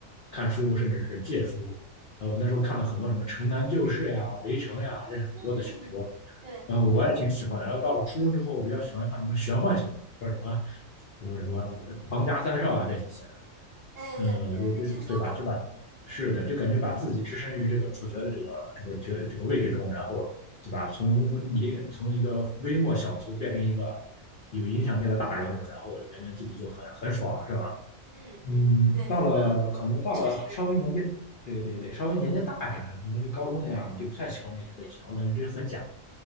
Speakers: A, on the left (about 65°); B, on the right (about 65°).
A: 看书，甚至是借书。呃，那时候看了很多什么《城南旧事》呀、《围城》呀，这是很多的小说。
B: 嗯，对，
A: 然后我也挺喜欢。然后到了初中之后，我比较喜欢看什么玄幻小说，叫什么什么什么《唐家三少》啊这些写的，
B: 哎对，
A: 呃，
B: 呃，
A: 就就对吧？
B: 听说过。
A: 就把是的，就感觉把自己置身于这个主角的这个这个角这个位置中，然后对吧？从零从一个微末小卒变成一个有影响力的大人物，然后感觉自己就很很爽，是吧？
B: 嗯嗯，
A: 嗯，
B: 对，
A: 到了可能到了稍微年纪，
B: 呃，确实，
A: 对对对，稍微年纪大一点的，可能是高中那样，我就不太喜欢这些类型，我感觉这些很假。